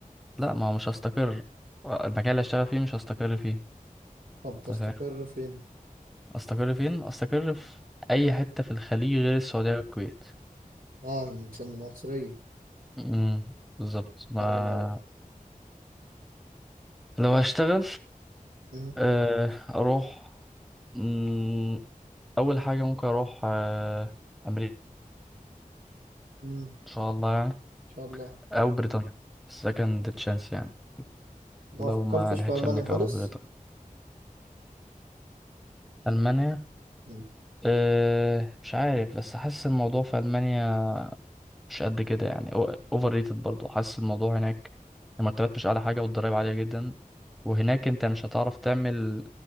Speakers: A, in the centre; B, on the right.
A: لا ما هو مش هستقر المكان اللي هشتغل فيه مش هستقر فيه
B: طب تستقر
A: أنت فاهم
B: فين
A: استقر فين استقر في اي حتة في الخليج غير السعودية والكويت
B: اه عشان العنصرية
A: امم بالظبط ما
B: او لو
A: لو هشتغل
B: اه أمم،
A: آه، اروح مم، اول حاجة ممكن اروح آه، امريكا
B: أمم، ان
A: ان شاء الله يعني
B: شاء الله
A: او بريطانيا سكند تشانس يعني
B: ما
A: لو
B: فكرتش
A: ما لحقتش
B: في المانيا
A: امريكا
B: خالص
A: اروح بريطانيا المانيا
B: أمم،
A: أه مش عارف بس حاسس الموضوع في المانيا مش قد كده يعني اوفر ريتد برضه حاسس الموضوع هناك المرتبات مش اعلى حاجه والضرايب عاليه جدا وهناك انت مش هتعرف تعمل